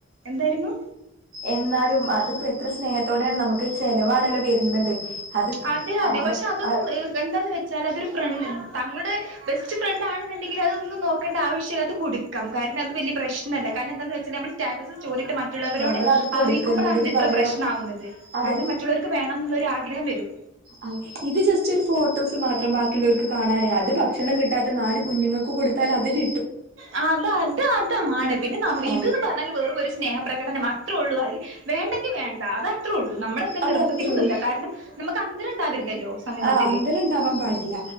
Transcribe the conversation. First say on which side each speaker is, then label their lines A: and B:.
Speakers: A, on the right; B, on the right.
A: എന്തായിരുന്നു
B: എന്നാലും അതിപ്പോ എത്ര സ്നേഹത്തോടെയാണ് നമുക്ക് ചെലവാണല്ലോ വരുന്നത് അത്
A: അതെ അതെ
B: ആ
A: പക്ഷെ അതൊന്നും
B: ആ
A: എന്തന്ന് വെ അത് ഒരു ഫ്രണ്ട് തങ്ങളുടെ ബെസ്റ്റ് ഫ്രണ്ട് ആണെന്നുണ്ടെങ്കിൽ അതൊന്നന്ന് നോക്കേണ്ട ആവശ്യമില്ല അത് കൊടുക്കാം അത് വലിയ പ്രശ്നമല്ല, കാരണം എന്താ വെച്ചാൽ നമ്മൾ സ്റ്റാറ്റസ് സോറി ഒക്കെ മാറ്റി മറ്റുള്ളവരോട്
B: നമ്മളത് കൊടുക്കുന്നതിന്
A: അറിയിക്കുമ്പോളാണ് ഇത് ഇത്ര
B: പകരം
A: പ്രശ്നമാവുന്നത്
B: അതെ
A: കാരണം മറ്റുള്ളവർക്ക് വേണമെന്നുള്ള ഒരു ആഗ്രഹം വരും
B: അ ഇത് ജസ്റ്റ് ഒരു ഫോട്ടോസ് മാത്രം ബാക്കിയുള്ളവർക്ക് കാണാന് അത് ഭക്ഷണം കിട്ടാത്ത നാല് കുഞ്ഞുങ്ങൾക്ക് കൊടുത്താൽ അത് ക
A: ആ അത് അത് അതാണ് പിന്നെ
B: ആ
A: ഇതന്ന് പറഞ്ഞാല് വെറും ഒരു സ്നേഹഠ പ്രകടനം മാത്രേ ഉള്ളൂ അതിൽ വേണ്ടെങ്കിൽ വേണ്ട അത അത്രേ ഉള്ളൂ നമ്മളെന്താ
B: അതത്രേള്ളൂ
A: നിർബന്ധിക്കന്നില്ല കാരണം നമുക്ക് അന്തരം ഉണ്ടാവരുതല്ലോ സമൂഹത്തിൽ
B: ആഹ് അന്തരം ഉണ്ടാവാൻ പാടില്ല